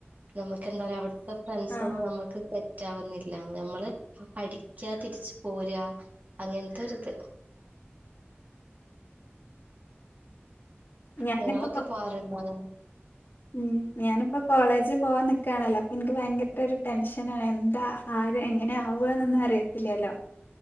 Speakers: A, on the right; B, on the left.
A: നമുക്ക് എന്താറയ അവിട്ത്തെ ഫ്രണ്ട്സളും
B: ആഹ്
A: നമുക്ക് റ്റാവുന്നില്ല നമ്മള് പഠിക്ക തിരിച്ച്പോരാ അങ്ങന അങ്ങനത്തൊരു ഇത്
B: ഞാനിപ്പോ
A: നിങ്ങളക്കെ
B: കൊ
A: പോര്ണ്ടാവൊ
B: ഉം ഞാനിപ്പ കോളേജ് പോവാൻ നി കാണല്ലോ അപ്പൊ ഇൻക്ക് ഭയങ്കര ഒരു ടെൻഷനാ എന്താ ആരെ എങ്ങനെ ആവന്നൊന്നും അറിയത്തില്ലല്ലോ